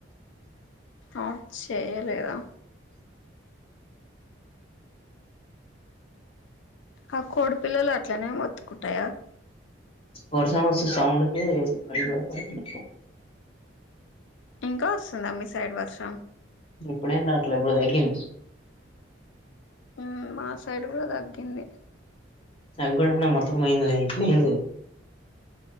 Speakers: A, on the left; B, on the left.
A: ఆట్ చేయ్యలేదా ఆ కోడి పిల్లలు అట్లనే ఒత్తుకుంటాయా
B: వర్సం వచ్చే సౌండ్ కి పడుతున్నా
A: ఇంకా వస్తుందా మీ సైడ్ వర్షం
B: ఇప్పుడేం రాట్లే ఇప్పుడు తగ్గింది
A: మ్ మా సైడ్ కూడా తగ్గింది
B: నా కూడాన్న మొత్తం పోయింది లే ఇటులేదు